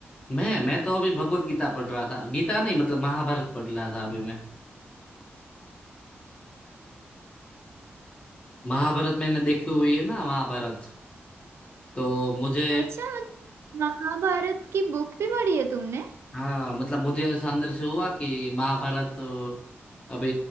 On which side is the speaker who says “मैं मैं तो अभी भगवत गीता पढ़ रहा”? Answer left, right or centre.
Left